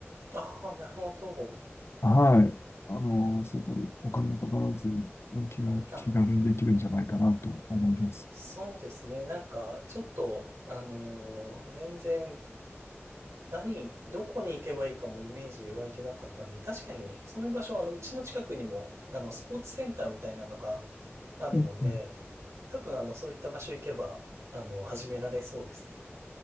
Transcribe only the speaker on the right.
ああ、なるほど。
あ、そうですね。なんか、ちょっと、あのー全然、何、どこに行けばいいかもイメージ湧いてなかったんで、確かに、そういう場所、あの、うちの近くにも、あの、スポーツセンターみたいなのがあるので、
多分、あの、そういった場所行けば、あの、始められそうですね。